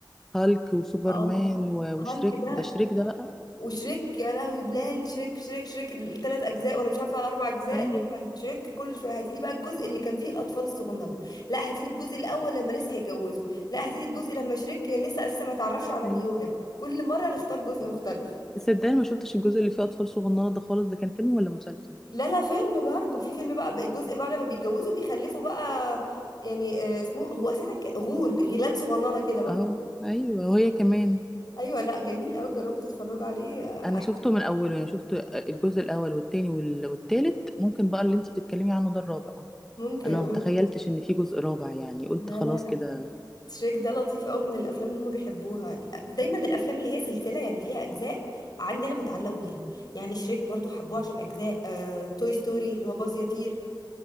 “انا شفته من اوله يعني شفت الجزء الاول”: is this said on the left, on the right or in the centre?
Centre